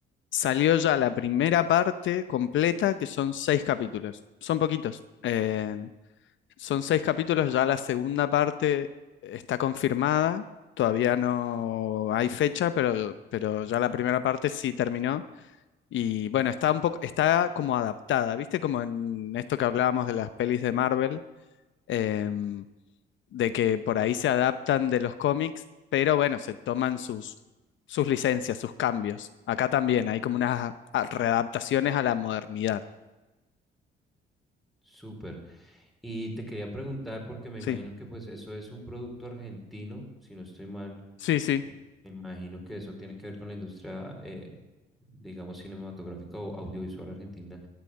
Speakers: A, on the left; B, in the centre.
A: Salió ya la primera parte completa, que son seis capítulos, son poquitos, eh, son seis capítulos, ya la segunda parte está confirmada, todavía no hay fecha, pero, pero ya la primera parte sí terminó. Y bueno, está un poco, está como adaptada, ¿viste? Como en esto que hablábamos de las pelis de Marvel em, de que por ahí se adaptan de los cómics, pero bueno, se toman sus, sus licencias, sus cambios. Acá también hay como unas a- readaptaciones a la modernidad.
B: Súper. Y te quería preguntar, porque me
A: Sí,
B: imagino que pues eso es un producto argentino, si no estoy mal.
A: sí, sí.
B: Me imagino que eso tiene que ver con la industria, eh, digamos, cinematográfica o audiovisual argentina.